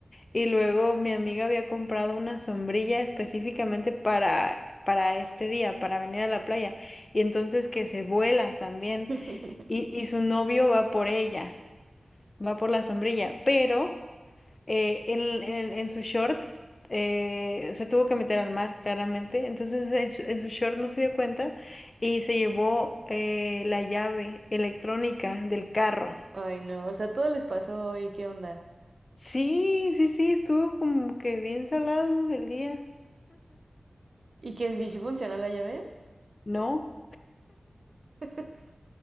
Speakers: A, on the left (about 40°); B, on the right (about 55°).
A: y luego mi amiga había comprado una sombrilla específicamente para, para este día, para venir a la playa y entonces que se vuela también
B: <laughs>
A: y, y su novio va por ella. va por la sombrilla, pero eh, en, en el- en su short eh, se tuvo que meter al mar, claramente. Entonces en su, en su short no se dio cuenta y se llevó eh, la llave electrónica del carro.
B: Ay, no, o sea, todo les pasó hoy, ¿qué onda?
A: Sí, sí, sí, estuvo como que bien salado el día,
B: ¿Y que si funcionó la llave?
A: ¿no?
B: <laughs>